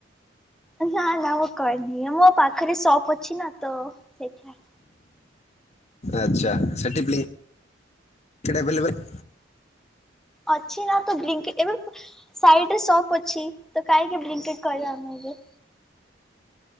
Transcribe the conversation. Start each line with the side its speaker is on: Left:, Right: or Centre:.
Centre: ନା ନା ମୁଁ କରିନିଏ ମୋ ପାଖରେ ସପ୍ ଅଛି ନା ତ ସେଇଥିପାଇଁ।
Left: ଆଚ୍ଛା ସେଠି ବ୍ଲି ସେଟା ଅଭଲେବେଲେ
Centre: ଅଛି ନା ତ ବ୍ଲିଙ୍କି ଏବେ ପା ସାଇଡ ରେ ସପ୍ ଅଛି ତ କାଇଁକି ବ୍ଲୀଙ୍କିଟ କରିବା ଆମେ ଏବେ।